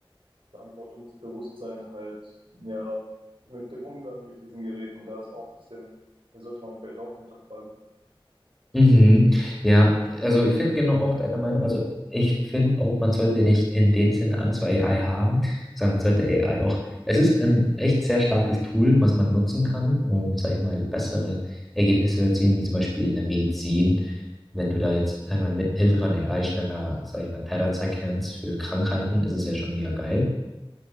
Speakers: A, on the right (about 70°); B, in the centre.
A: Verantwortungsbewusstsein halt, ja, mit dem Umgang mit diesen Geräten, da ist auch ein bisschen, den sollte man vielleicht auch hinterfragen.
B: Mhm. Ja, also ich finde genau auch deiner Meinung, also ich finde auch, man sollte nicht in dem Sinne Angst vor AI haben, sondern man sollte AI auch, es ist ein echt sehr starkes Tool, was man nutzen kann, um, sag ich mal, bessere Ergebnisse zu erzielen, wie zum Beispiel in der Medizin, wenn du da jetzt, sag ich mal, mit Hilfe von AI schneller, sag ich mal, Patterns erkennst für Krankheiten, ist es ja schon mega geil.